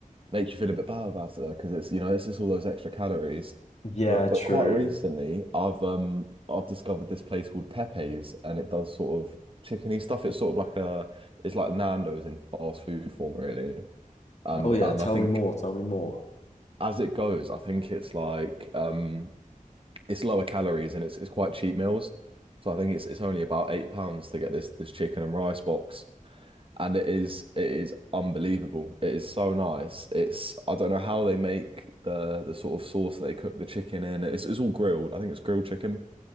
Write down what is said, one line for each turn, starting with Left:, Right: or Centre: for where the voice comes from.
Right: make you feel a bit bad about it though, because it's you know it's just all those extra calories.
Left: Yeah,
Right: But but
Left: true.
Right: quite recently, I've um I've discovered this place called Pepe's, and it does sort of chickeny stuff. It's sort of like a it's like Nando's in fast food form, really. And
Left: Oh yeah,
Right: and
Left: tell
Right: I think
Left: me more. Tell me more.
Right: as it goes, I think it's like um it's lower calories and it's it's quite cheap meals. So I think it's it's only about eight pounds to get this this chicken and rice box and it is it is unbelievable. It is so nice. It's I don't know how they make the the sort of sauce they cook the chicken in. It's it's all grilled. I think it's grilled chicken.